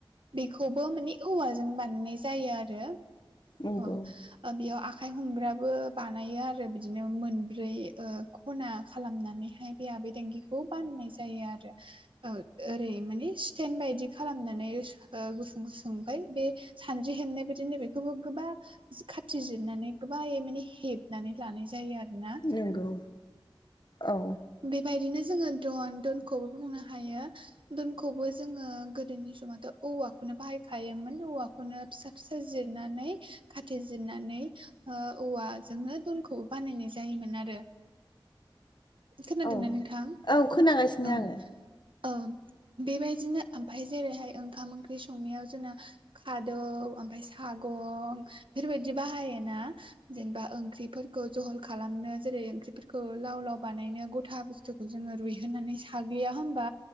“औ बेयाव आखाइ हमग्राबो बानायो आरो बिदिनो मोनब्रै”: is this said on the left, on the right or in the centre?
Right